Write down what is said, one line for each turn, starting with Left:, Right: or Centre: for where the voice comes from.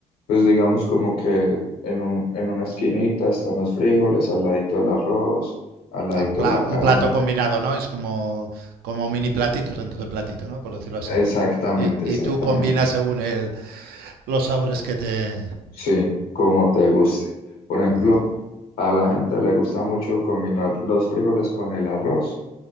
Left: pues digamos como que en un- en una esquinita están los frijoles, al ladito el arroz, al ladito
Right: Ah, un, pla-
Left: la
Right: un
Left: carne.
Right: plato combinado, ¿no? Es como, como mini platitos dentro del platito, ¿no? Por decirlo así.
Left: Exactamente,
Right: Y,
Left: exactamente.
Right: y tú combinas según el, los sabores que te...
Left: Sí, como te guste. Por ejemplo,
Right: ¿Cómo no?
Left: a la gente le gusta mucho combinar los frijoles con el arroz,